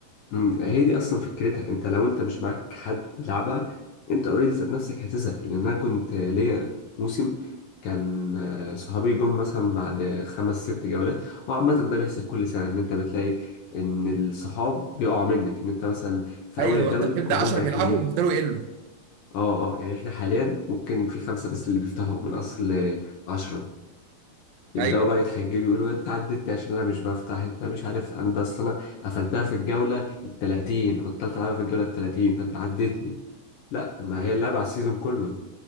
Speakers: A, on the left; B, on the right.
A: مم، هي دي اصلا فكرتها انت لو انت مش معاك حد بيلعبها انت اوريدي ذات نفسك هتزهق لان انا كنت ليا موسم كان آه، صحابي جم مثلا بعد خمس ست جولات وعامة ده بيحصل كل سنة ان انت بتلاقي ان الصحاب بيقعوا منك ان انت مثلا في
B: ايوه
A: اول الدوري
B: انت بتبدا
A: كلهم
B: 10
A: مركزين
B: بيلعبوا ويفضلوا يقلوا
A: اه اه يعني احنا حاليا ممكن في خمسة بس اللي بيفتحوا من اصل عشرة يبداوا
B: ايوه
A: بقى يتحججوا يقولوا انت عدتني عشان انا مش بفتح انت مش عارف انا ده اصل انا قفلتها في الجوله ال 30 بطلت العبها في الجوله ال 30 فانت عدتني لا ما هي اللعبه على السيزون كله